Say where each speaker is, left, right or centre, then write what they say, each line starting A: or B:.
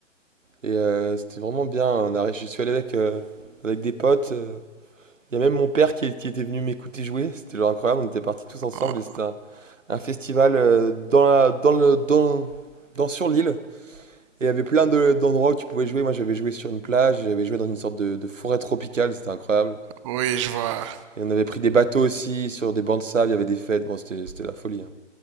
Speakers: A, on the right (about 80°); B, on the right (about 25°).
A: Et euh, c'était vraiment bien. On a, ré- je suis allé avec, euh, avec des potes. euh, Il y a même mon père qui, est- qui était venu m'écouter jouer, c'était genre incroyable, on était partis tous ensemble
B: Oh,
A: et c'était un, un festival euh, dans la- dans le, dans, dans- sur l'île. Et il y avait plein de- d'endroits où tu pouvais jouer. Moi j'avais joué sur une plage, et j'avais joué dans une sorte de, de forêt tropicale, c'était incroyable.
B: oui, je vois.
A: Et on avait pris des bateaux aussi sur des bancs de sable, il y avait des fêtes, bon c'était c'était la folie. hein.